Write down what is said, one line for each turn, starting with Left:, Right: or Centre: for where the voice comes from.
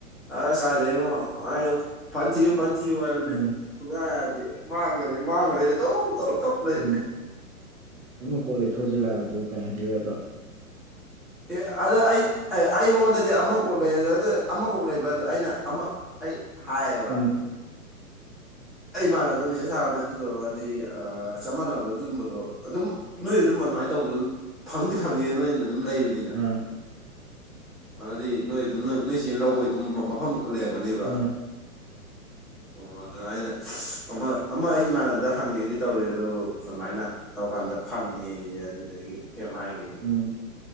Centre: ꯑꯁ ꯀꯥꯏꯗꯩꯉꯣ ꯐꯥꯅ ꯊꯤꯌꯨ ꯐꯥꯅ ꯊꯤꯌꯨ ꯍꯥꯏꯕꯅꯦ
Right: ꯎꯝ
Centre: ꯁꯨꯡꯌꯥ ꯌꯥꯗꯦ ꯃꯥꯡꯒ꯭ꯔꯦ ꯃꯥꯡꯒ꯭ꯔꯦ ꯑꯗꯨꯝ ꯀꯞ ꯂꯩ
Right: ꯎꯝ ꯑꯃ ꯀꯣꯛ ꯂꯩꯊꯣꯛꯑꯁꯨ ꯌꯥꯕꯗꯨꯕꯨ ꯀꯥ ꯍꯥꯏꯖꯤꯜꯂꯨ ꯌꯥꯗ꯭ꯔꯣ
Centre: ꯑꯦ ꯑꯗ ꯑꯩ ꯑꯦ ꯑꯩꯉꯣꯟꯗꯗꯤ ꯑꯃ ꯀꯣꯛ ꯂꯩꯔꯁꯨ ꯑꯗꯨ ꯑꯃ ꯀꯣꯛ ꯂꯩꯕ ꯑꯗꯣ ꯑꯩꯅ ꯑꯃ ꯑꯩ ꯍꯥꯏꯕ
Right: ꯎꯝ <inaudible>
Centre: ꯑꯩ ꯏꯃꯥꯟꯅꯕꯗ ꯃꯦꯁꯦꯖ ꯊꯥꯕꯅꯦ ꯑꯗꯨꯗꯣ ꯍꯥꯏꯗꯤ ꯆꯞ ꯃꯥꯟꯅꯕꯗꯣ ꯑꯗꯨꯨꯒꯨꯝꯕꯗꯣ ꯑꯗꯨꯝ ꯅꯣꯏ ꯑꯗꯨꯝ ꯑꯗꯨꯃꯥꯏꯅ ꯇꯧꯕꯗꯣ ꯑꯗꯨꯝ ꯐꯪꯗꯤ ꯐꯪꯅꯤꯗ ꯅꯣꯏꯅ ꯑꯗꯨꯝ ꯂꯩꯕꯅꯤꯅ
Right: ꯑꯥ
Centre: ꯍꯥꯏꯗꯤ ꯅꯣꯏ ꯑꯗꯨꯝ ꯅꯣꯏ ꯅꯣꯏ ꯆꯦ ꯂꯧꯕꯩ ꯑꯗꯨꯝ ꯃꯐꯝ ꯑꯗꯨꯝ ꯂꯩꯔꯝꯒꯅꯤꯕ
Right: ꯑꯥ
Centre: ꯑꯣ ꯑꯗꯨ ꯑꯩꯅ ꯑꯃ ꯑꯃ ꯑꯩ ꯏꯃꯥꯟꯅꯕꯗ ꯍꯪꯒꯦꯗꯤ ꯇꯧꯔꯤ ꯑꯗꯣ ꯑꯗꯨꯃꯥꯏꯅ ꯇꯧꯀꯥꯟꯗ ꯐꯪꯉꯦꯌꯦ ꯑꯗꯨꯗꯒꯤ ꯀꯦꯝ ꯍꯥꯏꯒꯤꯗ꯭ꯔꯦ
Right: ꯎꯝ